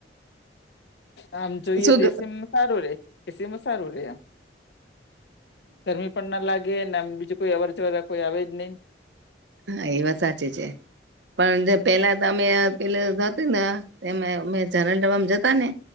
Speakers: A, on the left; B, on the right.
A: આમ જોઈએ
B: શું
A: તો એસીમાં સારું રે એસીમાં સારું રહે એમ ગરમી પણ ના લાગે ને આમ બીજું કોઈ અવર જવર કોઈ આવે જ નહી
B: હા એ વાત સાચી છે પણ જે પહેલા અમે પે હતું ને અમે જનતલ ડબ્બા જતા ને